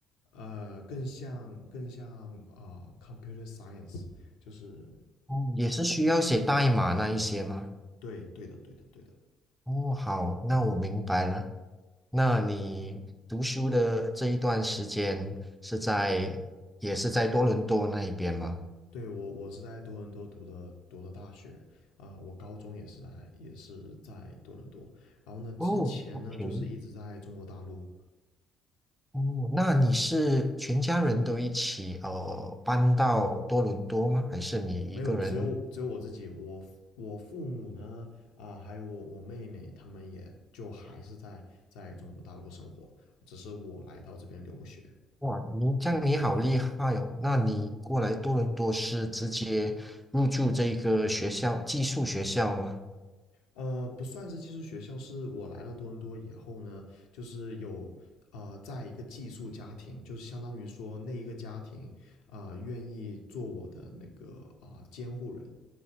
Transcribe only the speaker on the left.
呃更像更像啊、呃 computer science，就是
对对的对的对的。
对，我我是在多伦多读的读的大学啊、我高中也是在也是在多伦多，然后呢，之前呢就是一直在中国大陆，
没有只有只有我自己，我我父母呢啊、还有我我妹妹，他们也就还是在在中国大陆生活，只是我来到这边留学，
呃，不算是寄宿学校，是我来到多伦多以后呢，就是有呃，在一个寄宿家庭，就是相当于说那一个家庭啊、呃愿意做我的那个啊、呃监护人。